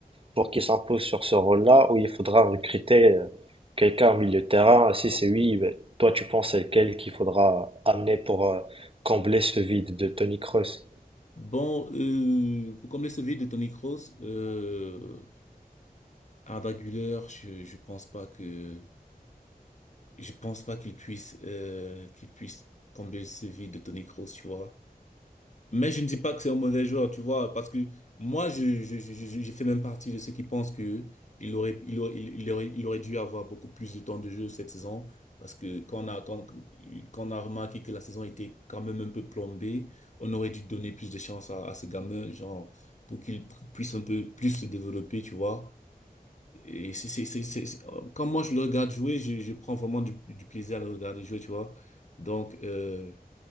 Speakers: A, on the right (about 35°); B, on the left (about 50°).
A: pour qu'il s'impose sur ce rôle-là, ou il faudra recruter euh, quelqu'un au milieu de terrain? Si c'est oui, ben, toi tu penses à quel qu'il faudra amener pour euh, combler ce vide de Tony Kroos?
B: Bon, euh, pour combler ce vide de Toni Kroos, euh, Arda Güler, je, je pense pas que, je pense pas qu'il puisse, euh, qu'il puisse combler le CV de Toni Kroos, tu vois. Mais je ne dis pas que c'est un mauvais joueur, tu vois, parce que moi, je, je, je, je je fais même partie de ceux qui pensent que il aurait, il aurait, il il aurait, il aurait dû avoir beaucoup plus de temps de jeu cette saison, parce que quand on a, quand, quand on a remarqué que la saison était quand même un peu plombée, on aurait dû donner plus de chance à, à ce gamin, genre, pour qu'il pu- puisse un peu plus se développer, tu vois. Et c'est, c'est, c'est, c'est, c'est- euh, quand moi je le regarde jouer, je, je prends vraiment du, du plaisir à le regarder jouer, tu vois. Donc, euh,